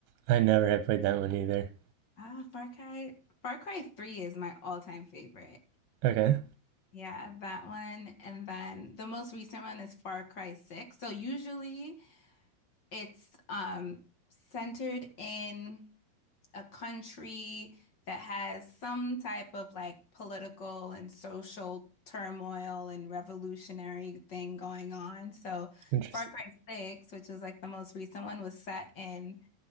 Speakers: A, on the right (about 85°); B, on the left (about 45°).
A: I never have played that one either.
B: Ah, Far Cry. Far Cry 3 is my all-time favorite.
A: Okay.
B: Yeah, that one. And then the most recent one is Far Cry 6. So usually it's um centered in a country that has some type of like political and social turmoil and revolutionary thing going on. So
A: Interesting.
B: Far Cry 6, which was like the most recent one, was set in